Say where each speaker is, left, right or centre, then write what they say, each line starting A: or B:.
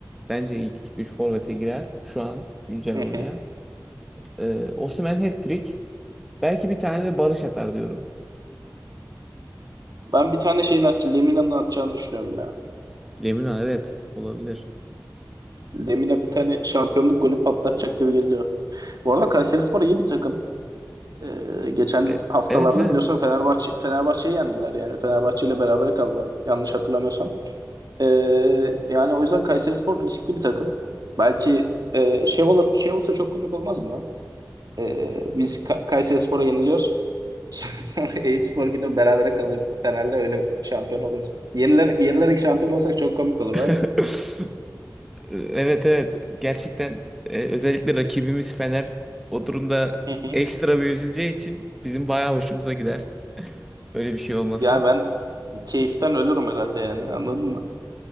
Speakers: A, in the centre; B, on the right (about 60°).
A: bence ilk 3 forvete girer şu an güncel
B: Hı
A: oynayan.
B: hı.
A: Ee, Osimhen hat-trick. Belki bir tane de Barış atar diyorum.
B: Ben bir tane şeyin at Lemina'nın atacağını düşünüyorum ya.
A: Lemina evet olabilir.
B: Lemina bir tane şampiyonluk golü patlatacak gibi geliyor. Bu arada Kayserispor iyi bir takım. Ee, geçen
A: E,
B: haftalarda
A: evet evet.
B: biliyorsun Fenerbahçe Fenerbahçe'yi yendiler yani. Fenerbahçe ile beraber kaldılar yanlış hatırlamıyorsam. Ee, yani o yüzden Kayserispor riskli bir takım. Belki e, şey ola, şey olsa çok komik olmaz mı lan? Ee, biz Ka Kayserispor'a yeniliyoruz. <laughs> Sonra Eyüpspor gidiyor berabere kalıyor Fener'le öyle şampiyon oluyoruz. Yeniler, yenilerek şampiyon olsak çok komik olur
A: <laughs>
B: var ya.
A: Evet evet. Gerçekten e, özellikle rakibimiz Fener o durumda
B: Hı hı.
A: ekstra bir üzüleceği için bizim bayağı hoşumuza gider. <laughs> Böyle bir şey olması.
B: Yani ben keyiften ölürüm herhalde yani anladın mı?